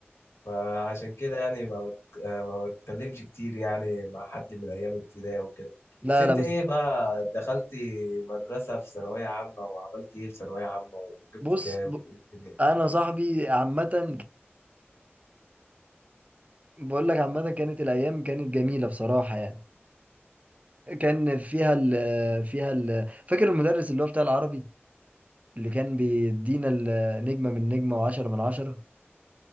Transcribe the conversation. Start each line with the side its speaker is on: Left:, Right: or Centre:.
Left: فعشان كده يعني ما بت... آه، ما بتكلمش كتير يعني مع حد من أيام ابتدائي وكده
Right: لا
Left: بس أنت
Right: لا بس
Left: إيه بقى دخلت مدرسة في ثانوية عامة وعملت إيه في ثانوية عامة وجبت
Right: بص
Left: كام
Right: ب...
Left: وإيه الدنيا
Right: انا صاحبي عامه بقول لك عامه كانت الايام كانت جميله بصراحه يعني كان فيها ال فيها ال فاكر المدرس اللي هو بتاع العربي اللي كان بيدينا النجمة من نجمة وعشرة من عشرة